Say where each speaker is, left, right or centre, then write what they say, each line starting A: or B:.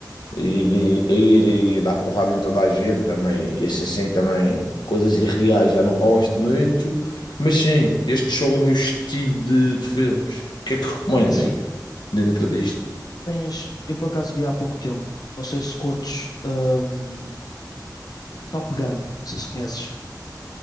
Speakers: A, on the left; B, on the left.
A: ir, e- ir e dar porrada em toda a gente também, esse assim também, coisas irreais, já não gosto muito, mas sim, estes são o meu estilo de, de filmes. O que é que recomendas
B: É assim,
A: dentro disto?
B: tens. Eu por acaso vi há pouco tempo, não sei se curtes hum, Top Gun, não sei se conheces.